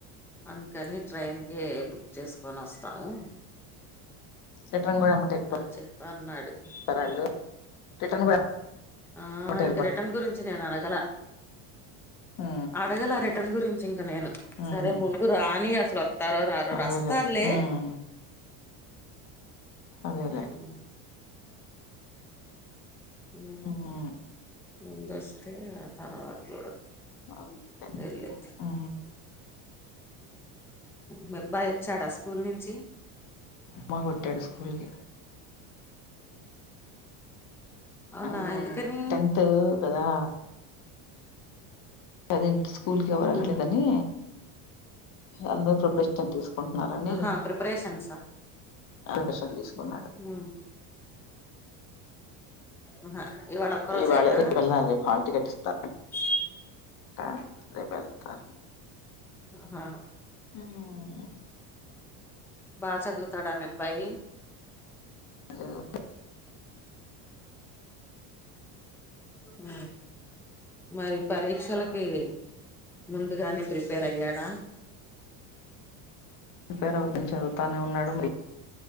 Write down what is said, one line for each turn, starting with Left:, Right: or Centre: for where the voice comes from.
Centre: అందుకని ట్రైన్ కే బుక్ చేసుకొని వస్తాము.
Left: రిటర్న్ కూడా ఎమ్మటే వెళ్ళిపోతారు
Centre: అని చెప్పి అన్నాడు
Left: వాళ్ళు
Centre: అది.
Left: రిటర్న్ కూడా
Centre: ఆ
Left: ఎమ్మటే
Centre: ఇంకా రిటర్న్ గురించి నేను అడగలా.
Left: హ్
Centre: అడగలా రిటర్న్ గురించి ఇంక నేను.
Left: ఉమ్
Centre: సరే ముందు రాని అసలు వత్తారో రారో
Left: అదేలే
Centre: వస్తారులే
Left: ఉమ్ అదేలే
Centre: ఆహా హ్
Left: ఉమ్
Centre: ముందొస్తే ఆ తర్వాత
Left: అంతే
Centre: వెళ్ళి
Left: హా
Centre: మ అబ్బాయి వచ్చాడా స్కూల్ నుంచి?
Left: మ్మా కొట్టాడు స్కూల్ కి.
Centre: అవునా
Left: ఆ
Centre: ఎందుకని
Left: టెన్త్ కదా. అది స్కూల్ కి ఎవరు
Centre: ఉమ్
Left: ఎల్లట్లేదని అందరూ ప్రిపరేషన్ రిటర్న్ తీసుకుంటున్నారని
Centre: ఆహా ప్రిపరేషన్సా
Left: ఆడు <unintelligible> తీసుకున్నాడు.
Centre: ఉమ్ ఆహా ఇవాళ ఒక్క రోజేనా
Left: ఇవాళ రేపు వెళ్ళాలె హాల్ టికెట్ ఇస్తారు.
Centre: అ
Left: ఆ రేపెళ్తా.
Centre: ఆహా
Left: <unintelligible>
Centre: బాగా చదువుతాడా మీ అబ్బాయి
Left: తెలియదు
Centre: హు మరి పరీక్షలకి ముందుగానే ప్రిపేర్ అయ్యాడా
Left: ప్రిపేర్ అవుతిని చదువుతానే ఉన్నాడు